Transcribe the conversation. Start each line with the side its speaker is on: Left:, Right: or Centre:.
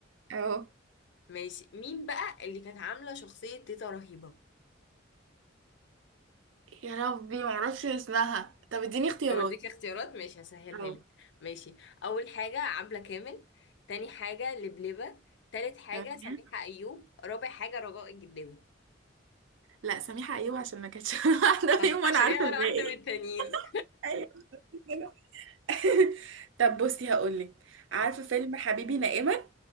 Right: أهو
Left: ماشي مين بقى اللي كانت عامله شخصيه تيتا رهيبه
Right: يا ربي معرفش اسمها طب اديني اختيارات
Left: اوديك اختيارات ماشي هسهلها
Right: أهو
Left: لك ماشي اول حاجه عبله كامل تاني حاجه لبلبه تالت حاجه
Right: تمام
Left: سميحه ايوب رابع حاجه رجاء الجداوي
Right: لا سميحة أيوة عشان ما كانتش <laughs> واحدة
Left: <laughs> آه،
Right: فيهم وأنا
Left: عشان
Right: عارفة
Left: هي
Right: الباقي
Left: ولا واحده من التانيين
Right: أيوة كده <laughs> طب بصي هقولك
Left: م.
Right: عارفة فيلم حبيبي نائما